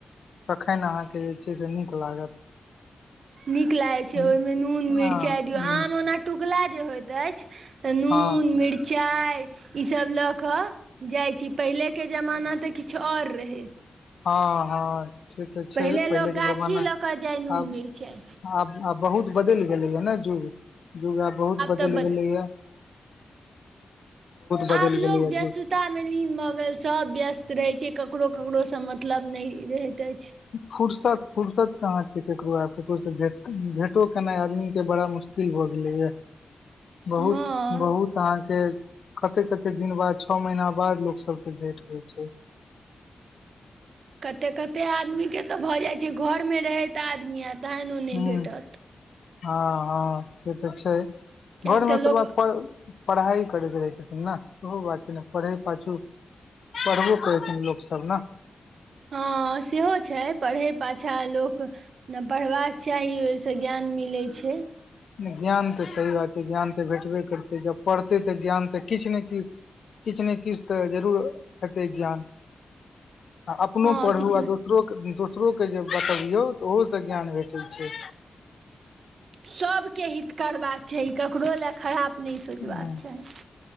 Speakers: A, on the left; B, on the right.
A: तखैन अहाँके जे छै से नीक लागत
B: नीक लागैत छै
A: हँ
B: ओहिमे नून
A: ह
B: मिरचाइ दियौ
A: हँ
B: आम ओना टिकुला जे होइत अछि तऽ
A: हँ
B: मिरचाय ई सब लऽ कऽ जाय छी पहिले के जमाना तऽ किछु आओर रहै
A: हँ हँ से तऽ छै
B: पहिले
A: पहिलेके
B: लोक गाछी
A: जमाना
B: लऽ कऽ जाइ नून
A: आब
B: मिरचाइ
A: आब आब बहुत बदलि गेलैया ने जुग जुग आब बहुत बदलि
B: तऽ बद
A: गेलैये बदलि
B: आब लोग
A: गेलैया
B: बेसी
A: युग
B: तामे लीन भऽ गेल सभ व्यस्त रहै छै ककरो ककरोसँ मतलब नहि रहैत अछि
A: फुर्सत फर्सत कहाँ छै केकरो आब केकरो सेे भेटों केनाइ आदमी के बड़ा मुश्किल किल भऽ गेलैए
B: <inaudible>
A: बहुत
B: हँ
A: बहुत त अहाँ के कते कते दिन बाद छौ महीना बाद लोक सब से भेंट होइ छै
B: कतेक कतेक आदमीके तऽ भऽ जाइत छै घरमे रहैत आदमी आ तखन ओ नहि
A: हूँ
B: भेटत
A: हँ हँ से तऽ छै
B: किएक
A: घरमे
B: तऽ
A: तिलुआ
B: लोक
A: पर पढ़ाई करैत रहै छथिन ने ओहो बात छै ने पढ़ै पाछू पढ़बो करै छथिन लोक सब न
B: हँ सेहो छै पढ़े पाछा लोक ने पढ़बाक चाही ओ से ज्ञान मिलै छै
A: ज्ञान तऽ सही बात छै ज्ञान तऽ भेटबे करतै ज पढ़ तै तऽ ज्ञान तऽ किछ ने कि किछ ने किछ तऽ जरूर हेतै ज्ञान आ अपनो
B: हँ
A: पढ़ू
B: किछु
A: आ
B: ने
A: दोसरो कऽ दोसरो के जे बतबियौ तऽ ओहो सँ ज्ञान भेटैत छै
B: सभके हित करबाक छै ककरो लए खराब नहि सोचबाक
A: ह
B: चाही